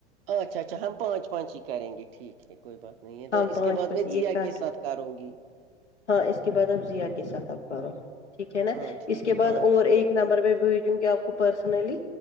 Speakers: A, on the right; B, on the left.
A: اچھا اچھا ہم پانچ پانچ ہی کریں گے ٹھیک ہے کوئی بات نہیں ہے تو
B: ہم
A: اس
B: پانچ
A: کے بعد
B: بس
A: میں جیا
B: یہ کٹ
A: کے ساتھ کاروں گی
B: ہاں اس کے بعد اب ضیا کے ساتھ آ پ رہو ٹھیک ہے نا
A: ہاں ٹھیک
B: اس کے بعد
A: ہاں
B: اور ایک نمبر پہ بھیجوں گی آپ کو پرسنلی